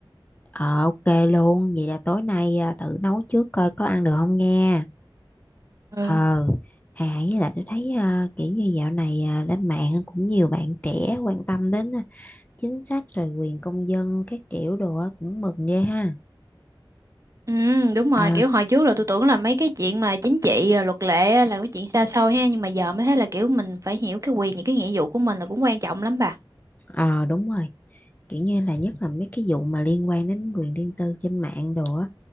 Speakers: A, on the left; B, on the right.
A: Ờ ok luôn, vậy là tối nay à, thử nấu trước coi có ăn được không nghe.
B: Ừ.
A: Ờ, à với lại tôi thấy à, kiểu như dạo này à, lên mạng cũng nhiều bạn trẻ quan tâm đến à, chính sách rồi quyền công dân các kiểu đồ á, cũng mừng ghê ha.
B: Ừ, đúng rồi,
A: Ờ,
B: kiểu hồi trước là tôi tưởng là mấy cái chuyện mà chính trị rồi luật lệ á là cái chuyện xa xôi ha, nhưng mà giờ mới thấy là kiểu mình phải hiểu cái quyền những cái nghĩa vụ của mình là cũng quan trọng lắm bà.
A: ờ đúng rồi, kiểu như là nhất là mấy cái vụ mà liên quan đến quyền riêng tư trên mạng đồ á,